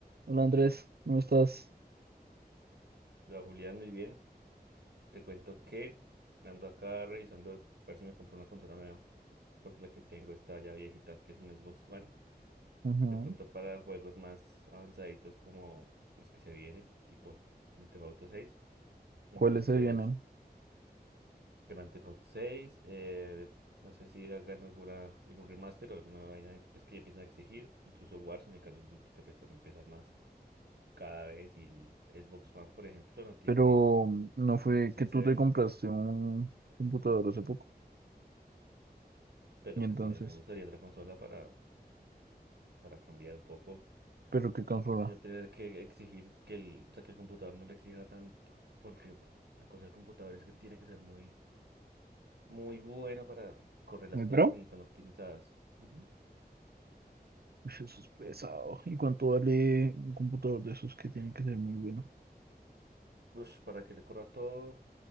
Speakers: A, on the right; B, on the right.
A: Hola Andrés, ¿cómo estás?
B: La Julián, muy bien. Te cuento que ando acá revisando a ver si me compro una consola nueva, porque la que tengo está ya viejita, que es un Xbox One.
A: Ujú.
B: De pronto para juegos más avanzaditos como los que se vienen, tipo Grand Theft Auto seis Entonces,
A: ¿Cuáles se vienen?
B: Grand Theft Auto seis eh, no sé si hagan alguna, algún remaster o alguna vaina pues, que ya empiezan a exigir. Incluso Warzone y Call of Duty pues también pesan más cada vez y el Xbox One, por ejemplo, no tiene
A: Pero mm, no fue
B: SSD.
A: que tú te compraste un computador hace poco.
B: pero
A: Y entonces,
B: pues también me gustaría otra consola para, para cambiar un poco
A: ¿pero qué consola?
B: y no tener que exigir que el, o sea, que el computador no le exija tanto, porque la cosa del computador es que tiene que ser muy, muy buena para correr las
A: Muy
B: cosas
A: pro.
B: que no están optimizadas. Ujú.
A: Ush, eso es pesado.
B: En-
A: ¿Y cuánto vale un computador de esos que tiene que ser muy bueno?
B: ush, para que le corra todo